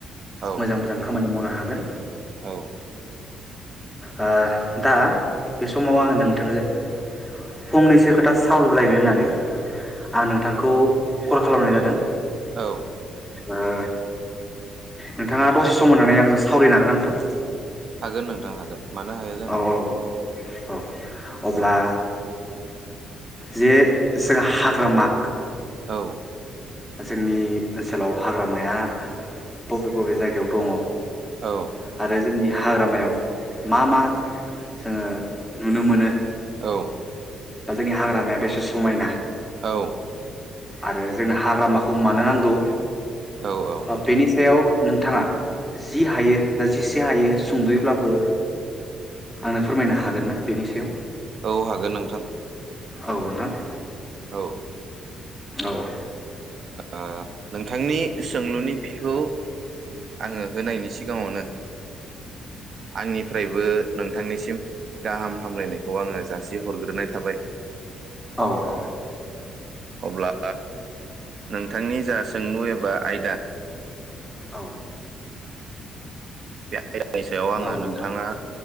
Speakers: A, on the right; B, in the centre.
A: औ
B: मोजां मोजां खा खामानि मावनो हागोन।
A: औ।
B: ओ दा बे समाव आङो नोंथांजो फंनैसो खोथा सावरायलायनो होननानै आं नोंथांखौ कल खालामनाय जादों।
A: औ।
B: ओ नोंथाङा दसे सम होनानै आंजों सावरायनो हागोनना नोंथां?
A: हागोन नोंथां हागोन मानो हाया जानो।
B: औ औ औ। अब्ला
A: औ
B: जे जों हाग्रामा
A: औ।
B: जोंनि ओनसोलाव हाग्रामाया बबे बबे जायगायाव दङ?
A: औ।
B: आरो जोंनि हाग्रामायाव मा मा जोङो नुनो मोनो?
A: औ।
B: दा जोंनि हाग्रामाया बेसे समायना।
A: औ।
B: आरो जोंनो हाग्रामाखौ मानो नांगौ?
A: औ औ नोंथां
B: बेनि सायाव नोंथाङा जि हायो जेसे हायो सुंद'यैब्लाबो आंनो फोरमायनो हागोन ना बेनि सायाव।
A: औ हागोन नोंथां।
B: औ नोंथां।
A: औ।
B: औ।
A: ओ नोंथांनि सोंलुनि फिनखौ आङो होनायनि सिगाङावनो आंनिफ्रायबो नोंथांनिसिम गाहाम हामलायनायखौ आङो जास जासि हरग्रोनाय थाबाय।
B: औ औ
A: अब्ला नोंथांनि जा सोंलु एबा आयदा
B: औ।
A: बेय आयदानि सायाव आङो
B: नोंथां
A: नोंथाङा